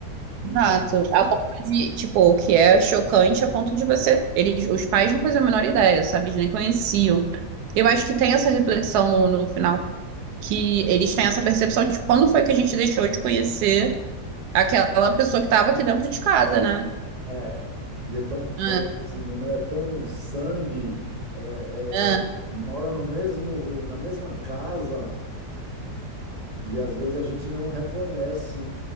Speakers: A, on the right; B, on the right.
A: E
B: Exato.
A: você
B: A ponto de, tipo, o que é chocante a ponto de você. Eles, os pais não faziam a menor ideia, sabe? Eles nem conheciam. Eu acho que tem essa reflexão no, no final, que eles têm essa percepção de quando foi que a gente deixou de conhecer aquela pessoa que estava aqui dentro de casa, né?
A: É, e é tão próximo,
B: ah
A: né? É Tão sangue, é,
B: ah
A: é, mora no mesmo, na mesma casa e às vezes a gente não reconhece